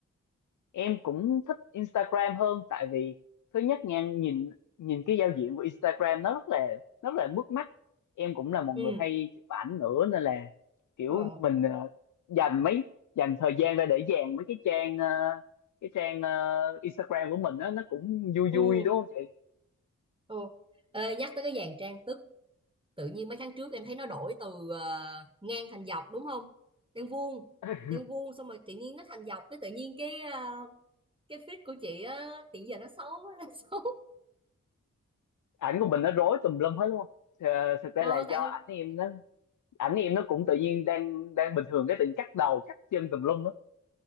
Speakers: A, on the left; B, on the right.
A: em cũng thích Instagram hơn tại vì thứ nhất nha nhìn nhìn cái giao diện của Instagram nó rất là rất là mướt mắt em cũng là một người
B: Ừ.
A: hay chụp ảnh nữa nên là kiểu
B: Ờ.
A: mình ờ, dành mấy dành thời gian ra để dàn mấy cái trang ờ, cái trang ờ, Instagram của mình á nó cũng vui
B: Ừ.
A: vui đúng không chị
B: Ừ. Ê, nhắc tới cái dàn trang sức, tự nhiên mấy tháng trước em thấy nó đổi từ ờ, ngang thành dọc đúng không? Đang vuông,
A: <laughs>
B: đang vuông xong rồi tự nhiên nó thành dọc cái tự nhiên cái ờ, cái feed của chị á, hiện giờ nó xấu, <laughs> nó xấu.
A: ảnh của mình nó rối tùm lum hết đúng không Ờ, thực ra
B: Ờ,
A: là do
B: tại
A: ảnh em nó ảnh em nó cũng tự nhiên đang đang bình thường cái tự nhiên cắt đầu cắt chân tùm lum á